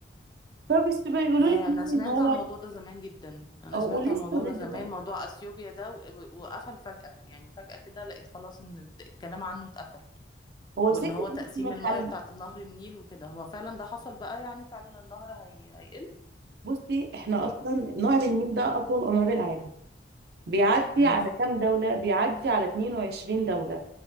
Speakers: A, on the right (about 60°); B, on the left (about 25°).
A: فبس بيقولوا
B: يا
A: لي يعني
B: انا سمعت
A: ان هو
B: عن الموضوع ده زمان جدا انا
A: آه،
B: سمعت
A: ولسه
B: عن الموضوع
A: لغايه
B: ده
A: دلوقتي
B: زمان موضوع اثيوبيا ده و- و- وقفل فجأة يعني فجأة كده لقيت خلاص ان الد- الكلام عنه اتقفل
A: هو
B: وان
A: ساكت
B: هو تقسيم
A: بس ما اتحل
B: المياه بتاعة نهر النيل وكده هو فعلا ده حصل بقى يعني فعلا النهر هي... هيقل
A: بصي احنا
B: اه
A: اصلا نهر النيل ده اطول انهار العالم بيعدي
B: ماشي
A: على كام دولة بيعدي على 22 دولة